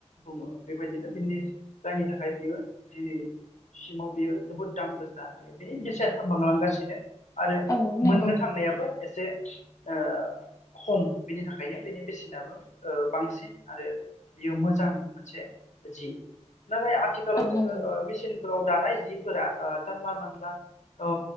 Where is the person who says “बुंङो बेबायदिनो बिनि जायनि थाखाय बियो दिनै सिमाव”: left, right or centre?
Left